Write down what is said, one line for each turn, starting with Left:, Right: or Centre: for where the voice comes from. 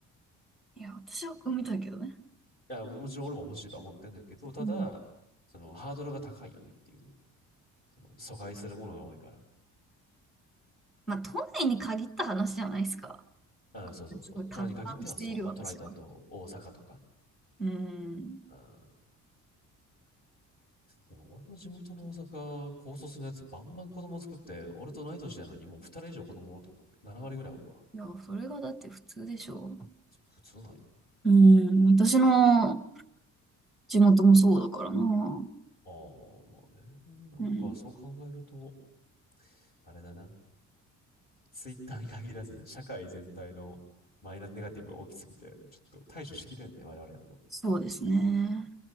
Centre: いや、私は産みたいけどね。
Left: いや、もちろん俺も欲しいとは思ってんだけど、ただ、
Centre: うん。
Left: そのハードルが高いよねっていうね。その阻害するものが多いから。
Centre: まあ、都内に限った話じゃないですか。
Left: ああそうそうそう。
Centre: すごい達観している私は。
Left: 都内に限ってはそう。まあ、都内とあと大阪とか。
Centre: うん。
Left: ああでも俺の地元の大阪、高卒のやつバンバン子供作って、俺と同い年なのにもう2人以上子供おるとこ7割ぐらいおるわ。
Centre: いや、それがだって普通でしょ。
Left: 普通なんよ。
Centre: うん、私の地元もそうだからな。
Left: ああ、まあね。なんかそう考えると、
Centre: うん、
Left: あれだな。ツイッターに限らず、社会全体のマイナスネガティブが大きすぎて、ちょっと対処しきれんね、我々だと。
Centre: そうですね。